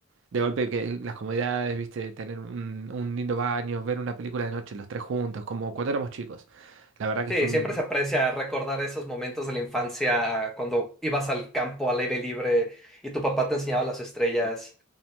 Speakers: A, on the right; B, in the centre.
A: de golpe que las comodidades, viste, tener un, un lindo baño, ver una película de noche los tres juntos, como cuando éramos chicos. La verdad que
B: Sí,
A: fue un...
B: siempre se aprecia recordar esos momentos de la infancia cuando ibas al campo al aire libre y tu papá te enseñaba las estrellas.